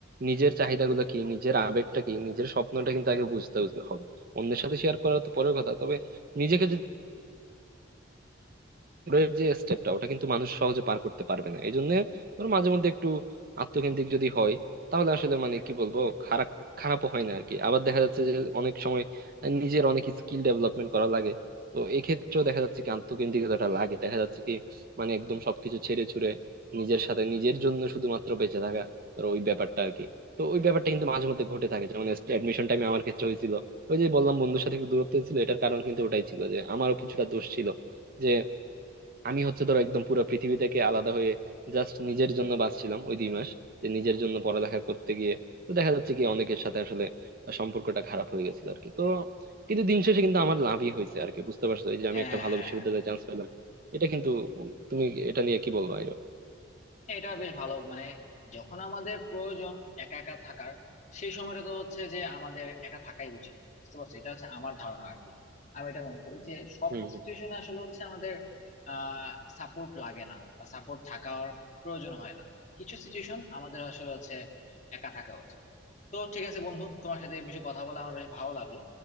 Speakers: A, on the right; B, on the left.
A: নিজের চাহিদাগুলো কি নিজের আবেগটা কি নিজের স্বপ্নটা কিন্তু আগে বুঝতে বুঝতে হবে অন্যের সাথে শেয়ার করা তো পরের কথা তবে নিজেকে যদি এর যে স্টেপটা ওটা কিন্তু মানুষ সহজে পার করতে পারবে না এই জন্য ধরো মাঝে মধ্যে একটু আত্মকেন্দ্রিক যদি হয় তাহলে আসলে মানে কি বলবো খারাপ খারাপও হয় না আর কি আবার দেখা যাচ্ছে যে অনেক সময় নিজের অনেক স্কিল ডেভেলপমেন্ট করা লাগে তো এক্ষেত্রেও দেখা যাচ্ছে কি আত্মকেন্দ্রিকতাটা লাগে দেখা যাচ্ছে কি মানে একদম সবকিছু ছেড়ে ছুড়ে নিজের সাথে নিজের জন্য শুধুমাত্র বেঁচে থাকা ধরো ওই ব্যাপারটা আর কি তো ওই ব্যাপারটা কিন্তু মাঝে মধ্যে ঘটে থাকে যেমন অ্যাডমিশন টাইমে আমার ক্ষেত্রে হয়েছিল ওই যে বললাম বন্ধুর সাথে একটু দূরত্ব ছিল এটার কারণ কিন্তু ওটাই ছিল যে আমারও কিছুটা দোষ ছিল যে আমি হচ্ছে ধরো একদম পুরো পৃথিবী থেকে আলাদা হয়ে জাস্ট নিজের জন্য বাঁচছিলাম ওই দুই মাস যে নিজের জন্য পড়ালেখা করতে গিয়ে তো দেখা যাচ্ছে কি অনেকের সাথে আসলে সম্পর্কটা খারাপ হয়ে গেছিল আর কি তো কিন্তু দিন শেষে কিন্তু আমার লাভই হয়েছে আর কি বুঝতে পারছো এই যে
B: হ্যাঁ
A: আমি একটা ভালো
B: হ্যাঁ
A: বিশ্ববিদ্যালয়ে
B: হ্যাঁ
A: চান্স পেলাম এটা কিন্তু তুমি এটা নিয়ে কি বলবো আইরো
B: হ্যাঁ, এটা বেশ ভালো মানে যখন আমাদের প্রয়োজন একা একা থাকার সেই সময়টা তো হচ্ছে যে আমাদের একা থাকাই উচিত বুঝতে পারছো এটা হচ্ছে আমার ধারণা আর কি আমি এটা মনে করি যে সব
A: হম
B: সিচুয়েশনে
A: হম
B: আসলে হচ্ছে আমাদের আহ সাপোর্ট লাগে না বা সাপোর্ট থাকার প্রয়োজন হয় না কিছু সিচুয়েশন আমাদের আসলে হচ্ছে একা থাকা উচিত তো ঠিক আছে বন্ধু তোমার সাথে এই বিষয়ে কথা বলে আমার বেশ ভালো লাগলো